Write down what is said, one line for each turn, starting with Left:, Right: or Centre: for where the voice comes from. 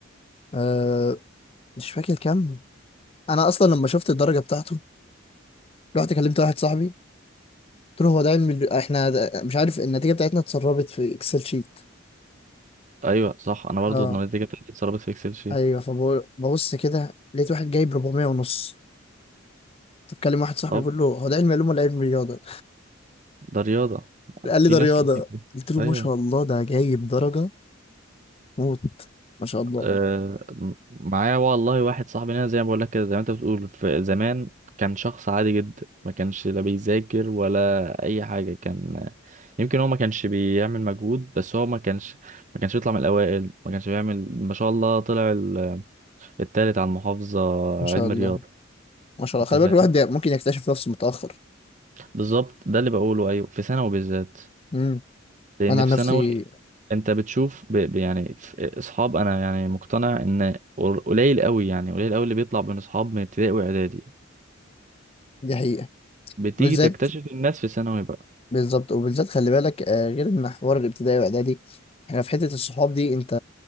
Left: أه مش فاكر كام انا اصلا لما شفت الدرجة بتاعته رحت كلمت واحد صاحبي قلت له هو ده علم ال- احنا ده- مش عارف النتيجة بتاعتنا اتسربت في اكسل شيت
Right: ايوه صح انا برضو
Left: اه
Right: النتيجه بتاعتي اتسربت في اكسل شيت
Left: ايوه فبقول ببص كده لقيت واحد جايب 400 ونص بتكلم واحد صاحبي
Right: اه
Left: بيقول له هو ده علم علوم ولا علم رياضه
Right: ده رياضه
Left: قال لي
Right: في
Left: ده
Right: ناس
Left: رياضه
Right: كتير
Left: قلت له
Right: ايوه
Left: ما شاء الله ده جايب درجه موت ما شاء الله
Right: آه م- معايا والله واحد صاحبي هنا زي ما بقول لك كده زي ما انت بتقول في زمان كان شخص عادي جدا ما كانش لا بيذاكر ولا اي حاجه كان يمكن هو ما كانش بيعمل مجهود بس هو ما كانش ما كانش بيطلع من الاوائل ما كانش بيعمل ما شاء الله طلع التالت على المحافظة
Left: ما شاء
Right: علم
Left: الله
Right: رياضة
Left: ما شاء الله
Right: انت
Left: خلي
Right: فاهم
Left: بالك الواحد ممكن يكتشف نفسه متاخر
Right: بالظبط ده اللي بقوله ايوه في ثانوي بالذات
Left: امم
Right: لان
Left: انا عن
Right: في
Left: نفسي
Right: ثانوي انت بتشوف ب... ب- يعني في اصحاب انا يعني مقتنع ان قل- قليل قوي يعني قليل قوي اللي بيطلع من اصحاب من ابتدائي واعدادي
Left: دي حقيقه
Right: بتيجي
Left: بالذات
Right: تكتشف الناس في ثانوي بقى
Left: بالظبط وبالذات خلي بالك آه، غير ان حوار الابتدائي واعدادي احنا في حته الصحاب دي انت